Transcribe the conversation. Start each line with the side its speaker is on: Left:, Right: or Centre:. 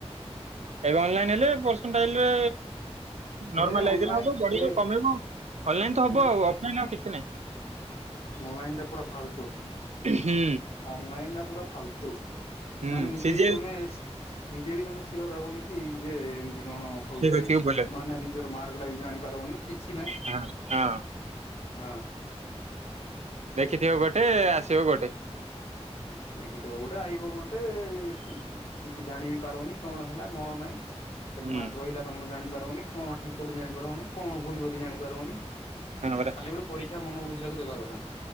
Right: ଏବେ ଅନଲାଇନ ହେଲେ ପର୍ସେଣ୍ଟାଇଲ୍ରେ ନର୍ମାଲାଇଜରେ
Left: ଏ ଅନଲାଇନ
Right: ହବ ବଢିବ
Left: ଏ
Right: କମେଇବ। ଅନଲାଇନ୍ ତ ହବ
Left: ଏ
Right: ଆଉ ଅଫଲାଇନ୍ ଆଉ କିଛି ନାଇଁ।
Left: ଅନଲାଇନ ଟା ପୁରା ଫାଲତୁ
Right: ହୁଁ।
Left: ଅନଲାଇନ ଟା ପୁରା ଫାଲତୁ।
Right: ହୁଁ
Left: ମାନେ ନିଜେ
Right: ସିଜିଏଲ
Left: ବି ତମେ ନିଜେ ବି ତମେ ସିଓର ହବନି କି ଯେ ଏମିତି କଣ? ହଉଛି
Right: ଠିକ ଅଛି ଭଲ ଅଛି
Left: ମାନେ ନିଜର ମାର୍କଟା ବି ଜାଣି ପାରବନି କିଛି ନାଇଁ।
Right: ହଁ ହଁ।
Left: ହଁ।
Right: ଦେଖିଥିବ ଗୋଟେ ଆସିବ ଗୋଟେ।
Left: ଦେଖିଥିବ ଗୋଟେ ଆଇବ ଗୋଟେ ଏ କିଛି ଜାଣିବି ପାରବନି କଣ ହେଲା କଣ ନାଇଁ କେତେ
Right: ହୁଁ
Left: ମାର୍କ ରହିଲା। ତମର ଜାଣି ପାରିବନି କଣ ଠିକ୍ କଲି ଜାଣିପାରିବନି କଣ ଭୁଲ କ ଜାଣିପାରିବନି ଖାଲି
Right: ହଁ ପରା
Left: ଗୋଟ ପରୀକ୍ଷା ମନ ବୁଝିବାକୁ ଦେବା କଥା।